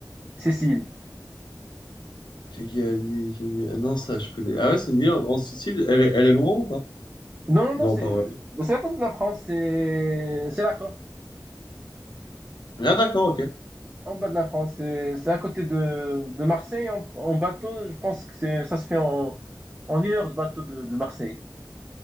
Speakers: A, on the right; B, on the left.
A: Sicile.
B: Cagliari, Cagliari- ah Non, ça, je connais. Ah ouais, c'est une île en Sicile. Elle est, elle est loin ou pas?
A: Non, non,
B: Non,
A: non, c'est
B: pas vraiment.
A: c'est à côté de la France. C'est c'est la Corse.
B: Ah d'accord, ok.
A: En bas de la France, c'est c'est à côté de, de Marseille. En, en bateau, je pense que c'est- ça se fait en, en une heure de bateau de, de Marseille.